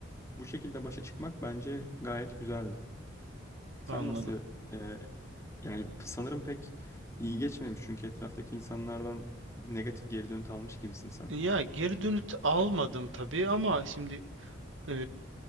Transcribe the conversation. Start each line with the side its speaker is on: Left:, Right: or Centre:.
Left: bu şekilde başa çıkmak bence gayet güzeldi. Sen
Right: Anladım.
Left: nasıl e, yani sanırım pek iyi geçmemiş çünkü etraftaki insanlardan negatif geri dönüt almış gibisin sen.
Right: Ya geri dönüt almadım tabii ama şimdi e,